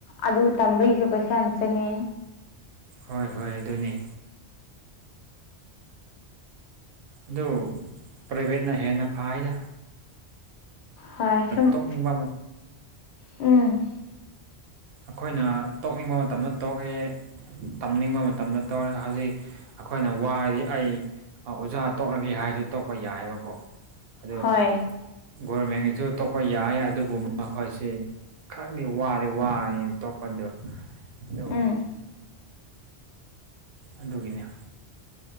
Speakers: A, on the left (about 80°); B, on the right (about 65°).
A: ꯑꯗꯨ ꯇꯝꯕꯒꯤꯁꯨ ꯄꯩꯁꯥ ꯌꯥꯝ ꯆꯪꯉꯦ
B: ꯍꯣꯏ ꯍꯣꯏ ꯑꯗꯨꯅꯦ ꯑꯗꯨ ꯄ꯭ꯔꯥꯏꯚꯦꯠꯅ ꯍꯦꯟꯅ ꯐꯩꯗ
A: ꯍꯣꯏ ꯁꯨꯝ
B: ꯇꯣꯛꯅꯤꯡꯕ
A: ꯎꯝ
B: ꯑꯩꯈꯣꯏꯅ ꯇꯣꯛꯅꯤꯡꯕ ꯃꯇꯝꯗ ꯇꯣꯛꯑꯦ ꯇꯝꯅꯤꯡꯕ ꯃꯇꯝꯗ ꯇꯧꯔꯦ ꯍꯧꯖꯤꯛ ꯑꯩꯈꯣꯏꯅ ꯋꯥꯔꯗꯤ ꯑꯩ ꯑꯣꯖꯥ ꯇꯣꯛꯂꯒꯦ ꯍꯥꯏꯔꯁꯨ ꯇꯣꯛꯄ ꯌꯥꯏꯌꯦꯕꯀꯣ ꯑꯗꯣ
A: ꯍꯣꯏ
B: ꯒꯣꯔꯃꯦꯟꯒꯤꯁꯨ ꯇꯣꯛꯄ ꯌꯥꯏ ꯑꯗꯨꯕꯨ ꯃꯈꯣꯏꯁꯤ ꯈꯔꯗꯤ ꯋꯥꯔꯦ ꯋꯥꯔꯦ ꯇꯣꯛꯄꯗꯣ ꯑꯗꯣ
A: ꯎꯝ
B: ꯑꯗꯨꯒꯤꯅꯦ